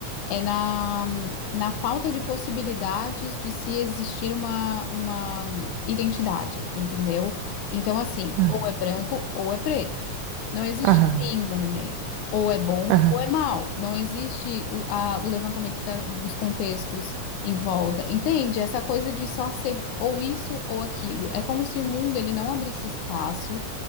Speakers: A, on the left (about 80°); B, on the right (about 80°).
A: é na, na falta de possibilidades de se existir uma, uma identidade, entendeu? Então, assim,
B: Ah,
A: ou é branco ou é preto. Não existe
B: Aham,
A: cinza no meio. Ou é bom
B: aham,
A: ou é mal. Não existe o, a- o levantamento da- dos contextos em volta. Entende? Essa coisa de só ser ou isso ou aquilo. É como se o mundo ele não abrisse espaço